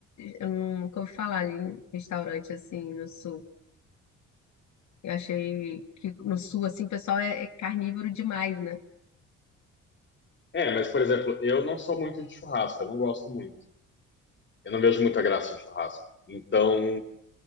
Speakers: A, on the left (about 70°); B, on the left (about 40°).
A: eu nunca ouvi falar em restaurante assim no Sul. Eu achei que no sul, assim, o pessoal é, é carnívoro demais, né?
B: É, mas, por exemplo, eu não sou muito de churrasco, eu não gosto muito. Eu não vejo muita graça em churrasco. Então,